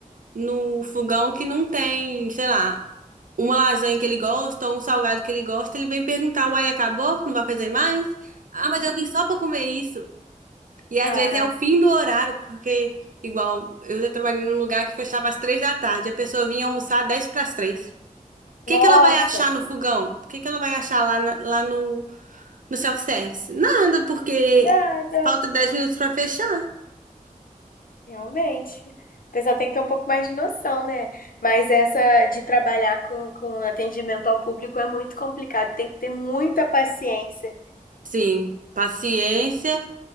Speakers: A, on the right; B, on the left.
A: no fogão que não tem, sei lá. uma lasanha que ele gosta ou um salgado que ele gosta, ele vem perguntar, uai, acabou? Não vai fazer mais? Ah, mas eu vim só pra comer isso. E às
B: ai,
A: vezes é o fim do horário, porque, igual, eu já trabalhei num lugar que fechava às três da tarde, a pessoa vinha almoçar dez para as três. O que
B: nossa,
A: que ela vai achar no fogão? O que que ela vai achar lá, na- lá no, no self-service? Nada, porque
B: nada,
A: falta dez minutos pra fechar.
B: realmente. A pessoa tem que ter um pouco mais de noção, né? Mas essa de trabalhar com, com atendimento ao público é muito complicado, tem que ter muita paciência.
A: Sim, paciência